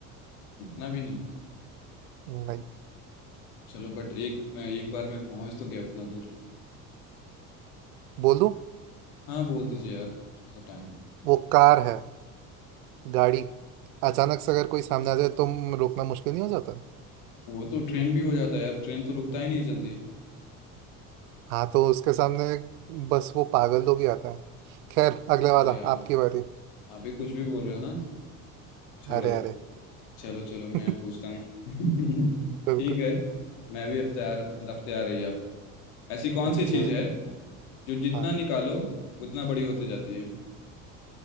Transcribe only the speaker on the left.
इतना भी नहीं
चलो बट एक मैं एक बार में पहुंच तो गया उतना दूर
हाँ बोल दीजिए यार थोड़ा टाइम
वो तो ट्रेन भी हो जाता है यार ट्रेन तो रुकता ही नहीं जल्दी
अरे यार
आप भी कुछ भी बोल रहे हो ना छोड़ो
चलो चलो मैं
पूछता हूँ <laughs>
ठीक है मैं भी अब तैयार मतलब अब तैयार रही आप ऐसी कौन सी चीज
है जो जितना
निकालो उतना बड़ी होती जाती है